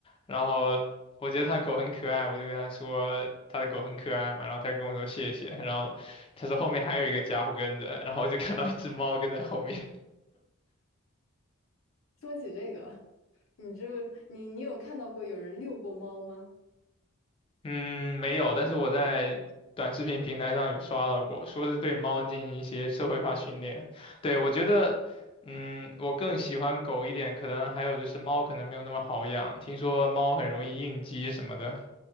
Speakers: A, on the left; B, on the left.
A: 然后我觉得他狗很可爱，我就跟他说他的狗很可爱嘛，然后他跟我说谢谢，然后他说后面还有一个家伙跟着，然后我就看到一只猫跟在后面，
B: 说起这个，你这不，你你有看到过有人遛过猫吗？
A: 嗯，没有，但是我在短视频平台上有刷到过，说是对猫进行一些社会化训练。对，我觉得，嗯，我更喜欢狗一点，可能还有就是猫可能没有那么好养，听说猫很容易应激什么的。